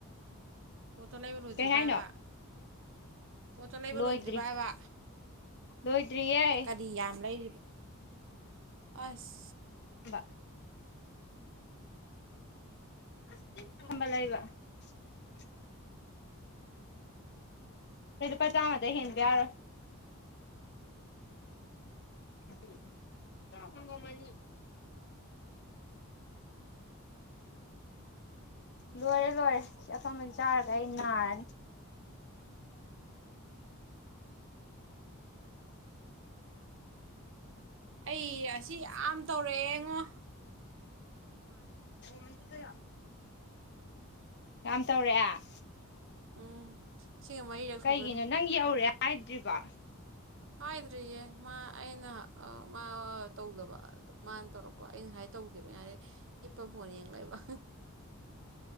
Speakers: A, on the right (about 60°); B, on the left (about 50°).
A: ꯄꯣꯠꯇꯣ ꯂꯩꯕꯂꯣꯏꯗ꯭ꯔꯤꯕ
B: ꯀꯩ ꯍꯥꯏꯅꯣ
A: ꯍꯥꯏꯕ ꯄꯣꯠꯇꯣ ꯂꯩꯕ
B: ꯂꯣꯏꯗ꯭ꯔꯤ
A: ꯂꯣꯏꯗ꯭ꯔꯤꯕ ꯍꯥꯏꯕ
B: ꯂꯣꯏꯗ꯭ꯔꯤꯌꯦ
A: ꯀꯔꯤ ꯌꯥꯝ ꯂꯩ ꯑꯁ
B: ꯕꯥ <unintelligible> ꯀꯩ ꯂꯨꯄꯥ ꯆꯥꯝꯃꯗꯒꯤ ꯍꯦꯟꯕ ꯌꯥꯔꯣꯏ <unintelligible> ꯁꯪꯒꯣꯝ ꯑꯅꯤ ꯂꯣꯏꯔꯦ ꯂꯣꯏꯔꯦ ꯁꯤ ꯑꯐꯝꯕ ꯆꯥꯔꯒ ꯑꯩ ꯅꯥꯔꯅꯤ
A: ꯑꯩ ꯑꯁꯤ ꯌꯥꯝ ꯇꯧꯔꯛꯑꯦ ꯉꯣ
B: <unintelligible> ꯌꯥꯝ ꯇꯧꯔꯛꯑꯦ
A: ꯎꯝ ꯁꯤꯒ ꯃꯔꯤꯔꯛ
B: ꯀꯩꯒꯤꯅꯣ
A: ꯁꯨꯗꯣꯔꯦ
B: ꯅꯪ ꯌꯧꯔꯦ ꯍꯥꯏꯗ꯭ꯔꯤꯕꯥ
A: ꯍꯥꯏꯗ꯭ꯔꯤꯌꯦ ꯃꯥ ꯑꯩꯅ ꯑ ꯃꯥ ꯇꯧꯗꯕ ꯑꯗꯣ ꯃꯥꯅ ꯇꯧꯔꯛꯄ ꯑꯩꯅ ꯉꯁꯥꯏ ꯇꯧꯗꯦꯕ ꯉ ꯍꯥꯏꯔꯦ ꯍꯤꯞꯄ ꯐꯣꯟ ꯌꯦꯡ ꯂꯩꯕ